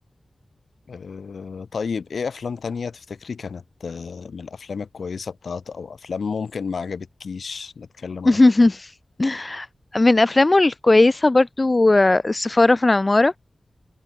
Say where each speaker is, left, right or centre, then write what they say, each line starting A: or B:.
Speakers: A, on the left (about 70°); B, on the left (about 20°).
A: آه، طيب ايه افلام تانية تفتكري كانت آه، من الافلام الكويسة بتاعته او افلام ممكن ما عجبتكيش نتكلم عنها
B: <laughs> من افلامه الكويسة برضو آه، السفارة في العمارة